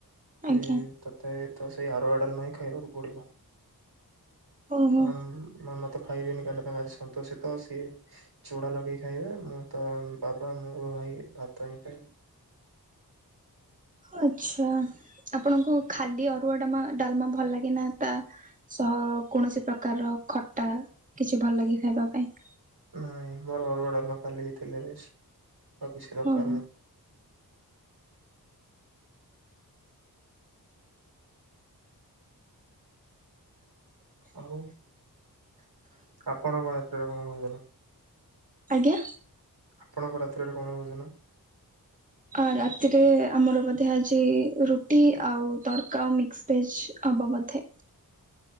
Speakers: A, on the right (about 20°); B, on the right (about 80°).
A: ଆଜ୍ଞା
B: କି ତତେ ତ ସେଇ ଅରୁଆ ଡାଲମା ହିଁ ଖାଇବାକୁ ପଡିବ
A: ଓହୋ
B: ଅମ୍ ମାମା ତ ଖାଇବେନି କାହିଁକି ନା ତାଙ୍କ ଆଜି ସନ୍ତୋଷି ତ ସିଏ ଚୁଡ଼ା ଲଗେଇକି ଖାଇବେ ମୁଁ ତ ବାବା ମୋ ଭାଇ ଭାତ ହିଁ ଖାଇବୁ।
A: ଆଛା, ଆପଣଙ୍କୁ ଖାଲି ଅରୁଆ ଡା ଡାଲମା ଭଲ ଲାଗେନା ତା ସ କୌଣସି ପ୍ରକାରର ଖଟା କିଛି ଭଲ ଲାଗେ ଖାଇବା ପାଇଁ
B: ନାଇଁ ମୋର ଅରୁଆ ଡ଼ାଲମା କାଲି ହେଇଥିଲେ ବେଷ୍ଟ ଆଉ କିଛି ଦରକାର
A: ଓହୋ।
B: ନା ଆଉ ଆପଣ କଣ ରାତ୍ରରେ ଭୋଜନ
A: ଆଜ୍ଞା।
B: ଆପଣଙ୍କ ରାତ୍ରିରେ କଣ ଭୋଜନ
A: ଆ ରାତିରେ ଆମର ବୋଧେ ଆଜି ରୁଟି ଆଉ ତଡକା ଆଉ ମିକ୍ସ ଭେଜ ହବ ବୋଧେ